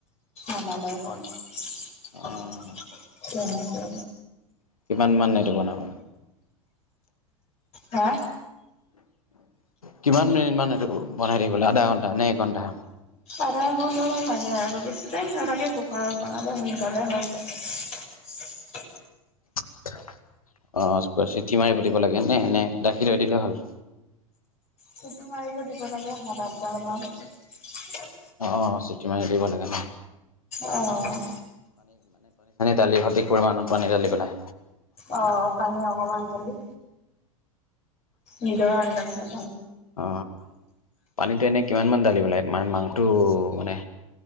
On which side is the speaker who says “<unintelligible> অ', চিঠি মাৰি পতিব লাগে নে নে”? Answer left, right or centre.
Left